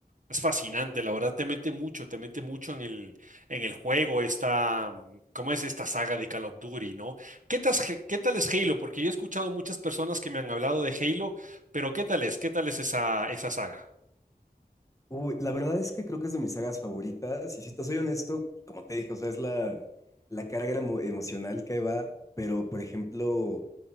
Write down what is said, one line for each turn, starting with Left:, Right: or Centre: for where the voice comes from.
Right: es fascinante. La verdad, te mete mucho, te mete mucho en el, en el juego esta, mm, ¿cómo es esta saga de Call of Duty, ¿no? ¿Qué tal, qué tal es Halo? Porque yo he escuchado muchas personas que me han hablado de Halo, pero ¿qué tal es? ¿Qué tal es esa, esa saga?
Left: Uy, la verdad es que creo que es de mis sagas favoritas y si te soy honesto, como te dije, o sea, es la, la carga emo- emocional que va, pero por ejemplo...